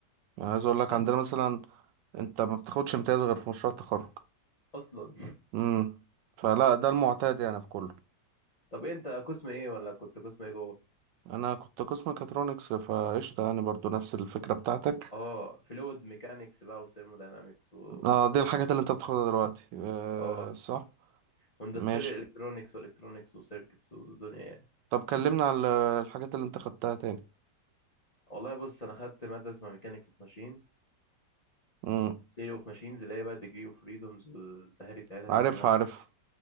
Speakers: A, on the right (about 85°); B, on the left (about 45°).
A: يعني عايز أقولك
B: ها
A: عندنا مثلا أنت ما بتاخدش امتياز غير في مشروع التخرج
B: اصلا
A: امم فلا ده المعتاد يعني في كله
B: طب إيه، انت قسم ايه ولا كنت قسم ايه جوه
A: انا كنت قسم ميكاترونكس فقشطه يعني برضو نفس الفكره بتاعتك
B: اه فلويد ميكانكس بقى وثيرموداينامكس و
A: اه دي الحاجات اللي انت بتاخدها دلوقتي آه
B: اه
A: صح
B: واندستريال
A: ماشي
B: الكترونكس والكترونكس وسيركتس ودنيا
A: طب كلمنا على الحاجات اللي انت خدتها تاني
B: والله بص انا خدت ماده اسمها ميكانكس اوف ماشين
A: امم
B: ثيوري اوف ماشينز اللي هي بقى الديجري اوف فريدومز والسهاري بتاعتها
A: عارفها
B: دي كلها
A: عارف